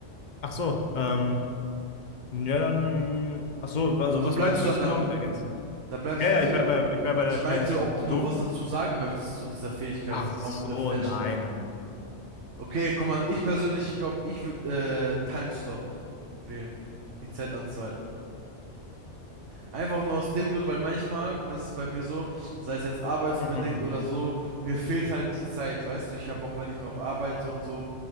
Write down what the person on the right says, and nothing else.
Also
bleibst
du
dann der
Da bleibst
du,
also
ich,
ich
meinte,
ob
du noch
was dazu sagen möchtest zu dieser Fähigkeit,
warum
der Flash
gewählt hat.
Okay, guck mal, ich persönlich, ich glaube, ich würde äh, Time Stop wählen, die Zeit anzuhalten. Einfach nur aus dem Grund, weil manchmal ist es bei mir so, sei es jetzt arbeitsbedingt
oder so, mir fehlt halt die Zeit, weißt du, ich habe auch, wenn ich auch arbeite und so